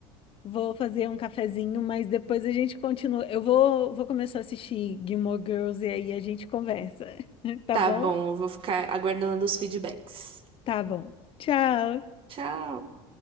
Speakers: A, on the left (about 45°); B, on the right (about 45°).
A: vou fazer um cafezinho, mas depois a gente continua. Eu vou, vou começar a assistir Gilmore Girls e aí a gente conversa, <laughs> tá
B: Tá
A: bom?
B: bom, eu vou ficar aguardando os feedbacks.
A: Tá bom. Tchau.
B: Tchau.